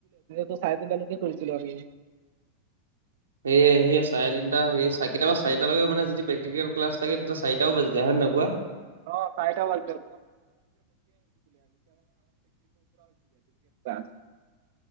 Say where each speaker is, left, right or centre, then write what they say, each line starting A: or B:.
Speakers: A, on the right; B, on the right.
A: ত' চাৰেতিনটা লৈকে ফুৰি ছিলো আমি।
B: সেয়ে সেয়েই চাৰেতিনটা সে কেতিয়াবা চাৰিটা লৈকে মানে যদি প্ৰেকটিকেল ক্লাছ থাকে তেতিয়া চাৰিটাও বাজি যায়, হয় নে নহয় কোৱা?
A: অ', চাৰিটা বাজি যায়। <unintelligible>